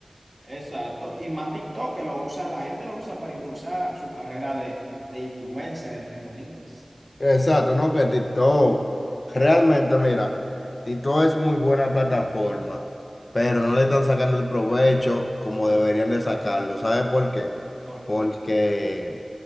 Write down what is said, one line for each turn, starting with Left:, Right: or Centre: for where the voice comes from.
Right: Exacto. Y más TikTok que lo usa, la gente lo usa para impulsar su carrera de, de influencer, entre comillas.
Left: Exacto, ¿no? Que TikTok, realmente, mira, TikTok es muy buena plataforma, pero no le están sacando el provecho como deberían de sacarlo. ¿Sabe por qué?
Right: Porque,
Left: Porque